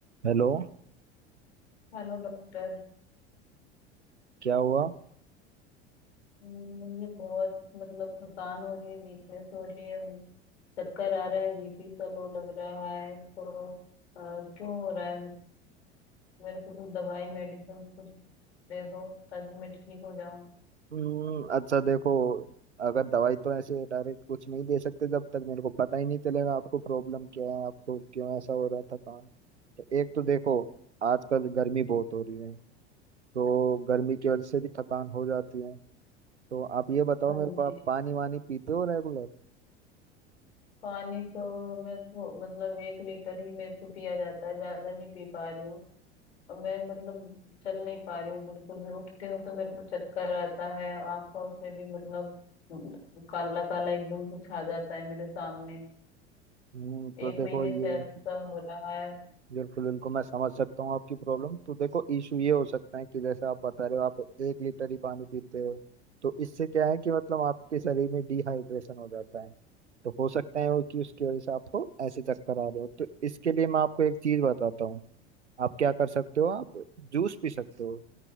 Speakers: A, on the right; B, on the left.
A: Hello
B: Hello doctor
A: क्या हुआ
B: हम्म, मुझे बहुत मतलब थकान हो रही है वीकनेस हो रही है चक्कर आ रहा है बीपी सा लो लग रहा है तो अ, क्यों हो रहा है मेरे को कुछ दवाई मेडिसिन कुछ दे दो ताकि मैं ठीक हो जाऊं
A: हम्म, अच्छा देखो अगर दवाई तो ऐसे डायरेक्ट कुछ नहीं दे सकते जब तक मेरे को पता ही नहीं चलेगा आपको प्रॉब्लम क्या है आपको क्यों ऐसा हो रहा था काम तो एक तो देखो आजकल गर्मी बहुत हो रही है तो गर्मी की वजह से भी थकान हो जाती है तो आप ये बताओ
B: हाँ
A: मेरे को
B: जी
A: आप पानी वानी पीते हो रेगुलर
B: पानी तो मैं थो- मतलब एक लीटर ही मेरे को पिया जाता है ज्यादा नहीं पी पा रही हूँ और मैं मतलब चल नहीं पा रही हूँ बिल्कुल भी उठती हूँ तो मेरे को चक्कर आता है आंखों से भी मतलब काला काला एकदम से छा जाता है मेरे सामने
A: हम्म
B: एक
A: तो देखो
B: महीने
A: ये
B: से ऐसा हो रहा है
A: बिल्कुल बिल्कुल मैं समझ सकता हूँ आपकी प्रॉब्लम तो देखो इशू ये हो सकता है कि जैसे आप बता रहे हो आप एक लीटर ही पानी पीते हो तो इससे क्या है कि मतलब आपके शरीर में डिहाइड्रेशन हो जाता है तो हो सकता है वो कि उसकी वजह से आपको ऐसे चक्कर आ रहे हो तो इसके लिए मैं आपको एक चीज बताता हूँ आप क्या कर सकते हो आप जूस पी सकते हो